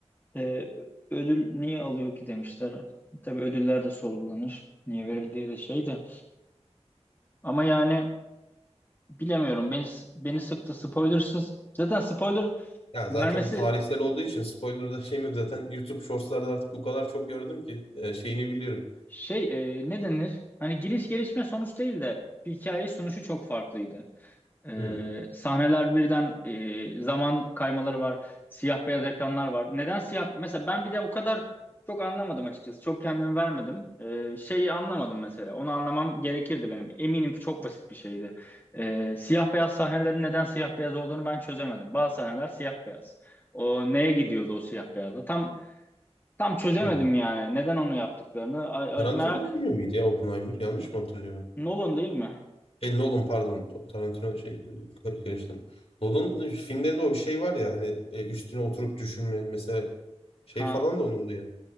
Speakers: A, on the left; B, on the left.
A: E, ödül niye alıyor ki demişler. Tabii ödüller de sorgulanır. Niye verildiği de şey de. Ama yani Bilemiyorum. Beni beni sıktı spoilersız. Zaten spoiler
B: Ya zaten
A: vermesi
B: tarihsel olduğu için spoiler'da şeyim yok. Zaten YouTube Shorts'larda artık bu kadar çok gördüm ki e, şeyini biliyorum.
A: şey e, ne denir? Hani giriş gelişme sonuç değil de bir hikaye sunuşu çok farklıydı. Ee,
B: Hmm,
A: sahneler birden e, zaman kaymaları var. Siyah beyaz ekranlar var. Neden siyah? Mesela ben bir de o kadar çok anlamadım açıkçası. Çok kendimi vermedim. Ee, şeyi anlamadım mesela. Onu anlamam gerekirdi benim. Eminim ki çok basit bir şeydi. Ee, siyah beyaz sahnelerin neden siyah beyaz olduğunu ben çözemedim. Bazı sahneler siyah beyaz. O neye gidiyordu o siyah beyazda? Tam tam çözemedim
B: hmm.
A: yani. Neden onu yaptıklarını. Ay, ay,
B: Tarantino'nun
A: merak.
B: filmi miydi ya Oppenheimer? Yanlış mı hatırlıyorum?
A: Nolan değil mi?
B: E, Nolan pardon. Ta- Tarantino şeydi. kar- Karıştım. Nolan e, filmlerinde o bir şey var ya hani e, üstüne oturup düşünme mesela şey
A: Ha,
B: falan
A: o-
B: da onun da ya.